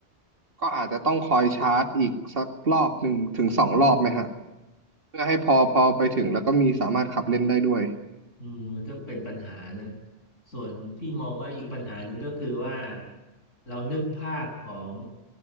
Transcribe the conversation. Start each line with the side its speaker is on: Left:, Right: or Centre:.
Right: ก็อาจจะต้องคอยชาร์จอีกสักรอบหนึ่งถึงสองรอบไหมฮะเพื่อให้พอพอไปถึงแล้วก็มีสามารถขับเล่นได้ด้วย
Left: อืมมันก็เป็นปัญหานะส่วนพี่มองว่าอีกปัญหาหนึ่งก็คือว่าเรานึกภาพของ